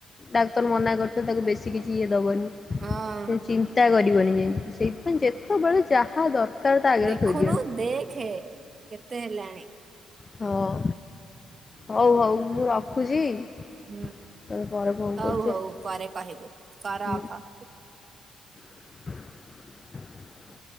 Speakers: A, on the left (about 30°); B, on the right (about 40°).
A: ଡାକ୍ତର ମନା କରିଛନ୍ତି ତାକୁ ବେଶୀ କିଛି ଇଏ ଦବନି,
B: ହଁ
A: ସେ ଚିନ୍ତା କରିି <unintelligible> ଯେମିତି ସେଇଥିପାଇଁ ଯେତେବେଳେ ଯାହା ଦରକାର ତା ଆଗରେ
B: ଦେଖୁନୁ
A: ଥୋଇ ଦିଅନ୍ତି।
B: ଦେଖେ କେ ତେ ହେଲାଣି।
A: ହଁ ହଉ ହଉ ମୁଁ ରଖୁଛି।
B: ହୁଁ
A: ତୋତେ ପରେ ଫୋନ
B: ହଉ
A: କରୁଛି
B: ହଉ
A: ଆଉ।
B: ପରେ କହିବୁ। ର
A: ହୁଁ।
B: ରଖ।
A: <inaudible>